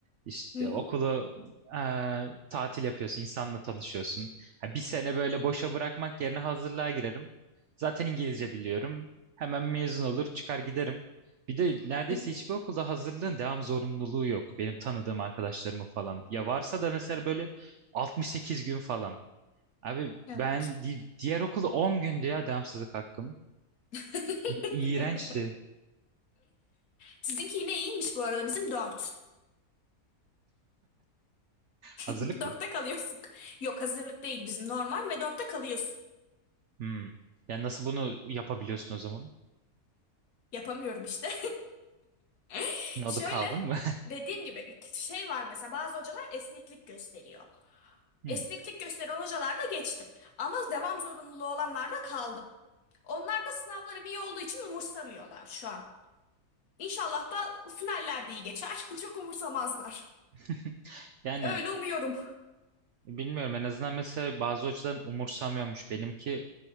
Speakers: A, on the right (about 65°); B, on the left (about 65°).
A: İşte
B: Hı hı,
A: okulu eee, tatil yapıyorsun, insanla tanışıyorsun. Ha, bir sene böyle boşa bırakmak yerine hazırlığa girerim. Zaten İngilizce biliyorum. Hemen mezun olur çıkar giderim. Bir de neredeyse
B: hı hı.
A: hiçbir okulda hazırlığın devam zorunluluğu yok. Benim tanıdığım arkadaşlarımın falan. Ya varsa da mesela böyle 68 gün falan. Abi
B: Evet.
A: ben di- diğer okulda 10 gündü ya devamsızlık hakkım.
B: <laughs>
A: İ- İğrençti.
B: Sizinki yine iyiymiş bu arada. Bizim dört.
A: Hazırlık
B: Dörtte
A: mı?
B: kalıyorsun. <laughs> Yok hazırlık değil bizim normal ve dörtte kalıyorsun.
A: Hmm. Ya nasıl bunu yapabiliyorsun o zaman?
B: Yapamıyorum işte. <laughs>
A: Ne
B: Şöyle
A: kaldın mı?
B: dediğim gibi şey var mesela bazı hocalar esneklik gösteriyor.
A: <laughs> Hmm.
B: Esneklik gösteren hocalarda geçtim. Ama devam zorunluluğu olanlarda kaldım. Onlar da sınavlarım iyi olduğu için umursamıyorlar şu an. İnşallah da finaller de iyi geçer. <laughs> Çok umursamazlar.
A: <laughs> Yani
B: Öyle umuyorum.
A: bilmiyorum en azından mesela bazı hocaların umursamıyormuş. Benimki